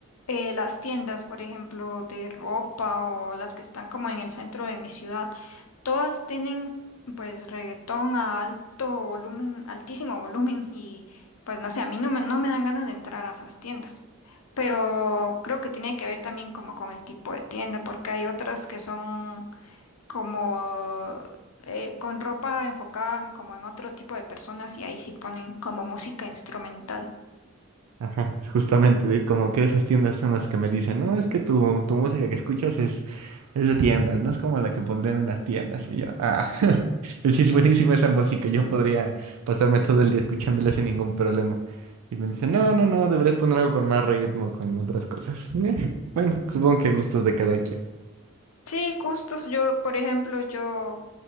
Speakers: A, on the left; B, on the right.
A: eh, las tiendas, por ejemplo, de ropa o las que están como en el centro de mi ciudad, todas tienen pues reggaetón a alto volumen, altísimo volumen y pues no sé, a mí no me, no me dan ganas de entrar a esas tiendas. Pero creo que tiene que ver también como con el tipo de tienda, porque hay otras que son como eh, con ropa enfocada en- como en otro tipo de personas y ahí sí ponen como música instrumental.
B: Ajá, es justamente, es como que esas tiendas son las que me dicen, no, es que tu, tu música que escuchas es, es de tiendas, no es como la que pondrían en las tiendas. Y yo, ah, <laughs> sí, es buenísima esa música, yo podría pasarme todo el día escuchándola sin ningún problema. Y me dicen, no, no, no, deberías poner algo con más ritmo, con otras cosas. Eh, bueno, supongo que gustos de cada quien.
A: Sí, gustos. Yo, por ejemplo, yo